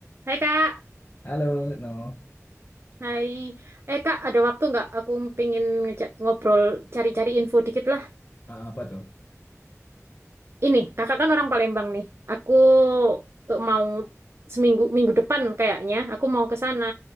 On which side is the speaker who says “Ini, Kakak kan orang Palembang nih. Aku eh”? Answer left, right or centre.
Right